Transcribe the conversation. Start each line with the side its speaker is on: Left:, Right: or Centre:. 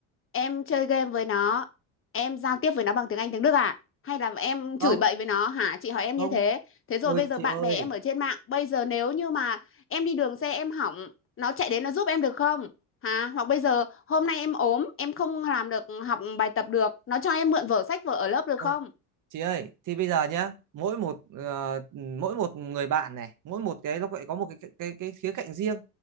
Left: em chơi game với nó em giao tiếp với nó bằng tiếng Anh tiếng Đức à hay là em chửi
Right: không
Left: bậy với nó hả chị hỏi em
Right: không
Left: như thế thế rồi
Right: ôi
Left: bây giờ
Right: chị
Left: bạn
Right: ơi
Left: bè em ở trên mạng bây giờ nếu như mà em đi đường xe em hỏng nó chạy đến nó giúp em được không hả hoặc bây giờ hôm nay em ốm em không làm được học bài tập được nó cho em mượn vở sách vở ở lớp được
Right: ơ,
Left: không
Right: Chị ơi, thì bây giờ nhá, mỗi một ờ, mỗi một người bạn này, mỗi một cái nó lại có một cái cái cái, cái khía cạnh riêng.